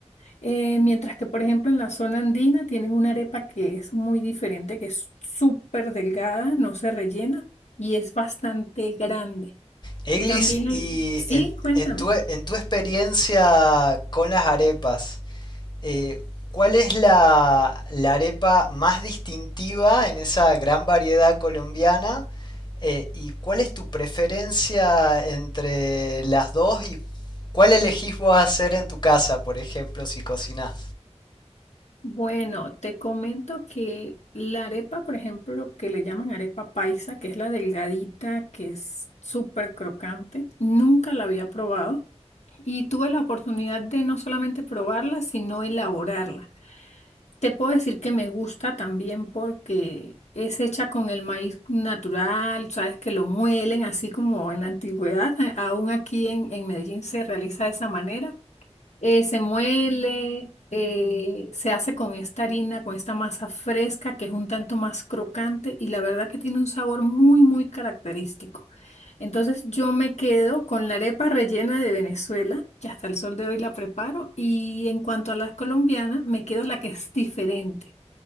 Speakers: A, on the left; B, on the left.
A: Eh, mientras que, por ejemplo, en la zona andina tienen una arepa que es muy diferente, que es súper delgada, no se rellena y es bastante grande.
B: Eglis,
A: También hay,
B: y
A: sí,
B: en,
A: cuéntame.
B: en tu, en tu experiencia con las arepas, Eh, ¿Cuál es la, la arepa más distintiva en esa gran variedad colombiana? Eh, ¿y cuál es tu preferencia entre las dos y cuál elegís vos hacer en tu casa, por ejemplo, si cocinás?
A: Bueno, te comento que la arepa, por ejemplo, que le llaman arepa paisa, que es la delgadita, que es súper crocante, nunca la había probado y tuve la oportunidad de no solamente probarla, sino elaborarla. Te puedo decir que me gusta también porque es hecha con el maíz natural, sabes que lo muelen así como en la antigüedad, a- aún aquí en, en Medellín se realiza de esa manera eh, se muele, eh, se hace con esta harina, con esta masa fresca que es un tanto más crocante y la verdad que tiene un sabor muy, muy característico. Entonces yo me quedo con la arepa rellena de Venezuela, que hasta el sol de hoy la preparo, y en cuanto a la colombiana, me quedo la que es diferente.